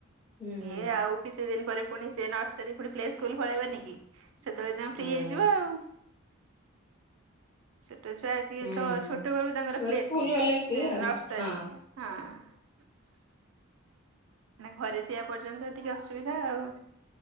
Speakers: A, on the left; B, on the right.
A: ହୁଁ
B: ସିଏ ଆଉ କିଛି ଦିନ ପରେ। ପୁଣି ସେ ନର୍ସରୀ ପୁଣି ପ୍ଲେ ସ୍କୁଲ ପଳେଇବନି କି ସେତେବେଳେ ଦିନେ ଫ୍ରି
A: ହଁ
B: ହେଇଯିବ ଆଉ। ଛୋଟ ଛୁଆ ଆଜିକାଲି
A: ହୁଁ
B: ତ ଛୋଟ ବେଳୁ ତାଙ୍କର
A: ଛୁଆ
B: ପ୍ଲେ ସ୍କୁଲ
A: ଗଲେ ଫ୍ରି
B: ନର୍ସରୀ।
A: ଆଉ ହଁ
B: ହଁ। ଘରେ ଥିବା ପର୍ଯ୍ୟନ୍ତ ଟିକେ ଅସୁବିଧା ଆଉ।